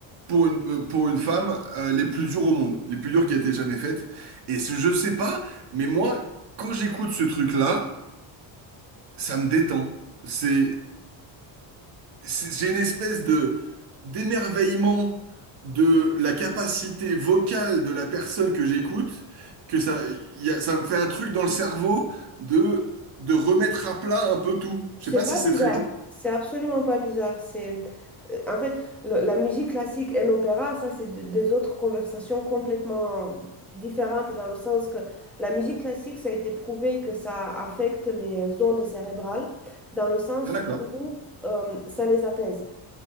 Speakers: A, on the right (about 55°); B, in the centre.
A: pour une, euh, pour une femme euh, les plus dures au monde, les plus dures qui a été jamais faites. Et ce, je sais pas, mais moi, quand j'écoute ce truc-là, ça me détend. c'est c'est- J'ai une espèce de d'émerveillement de la capacité vocale de la personne que j'écoute, que ça, il y a- ça me fait un truc dans le cerveau de, de remettre à plat un peu tout.
B: C'est
A: Je sais pas
B: pas
A: si c'est
B: bizarre.
A: très clair.
B: C'est absolument pas bizarre. C'est, euh, en fait, le- la musique classique et l'opéra, ça, c'est de- des autres conversations complètement différentes dans le sens que la musique classique, ça a été prouvé que ça affecte les ondes cérébrales dans le sens
A: Ah, d'accord.
B: où euh, ça les apaise.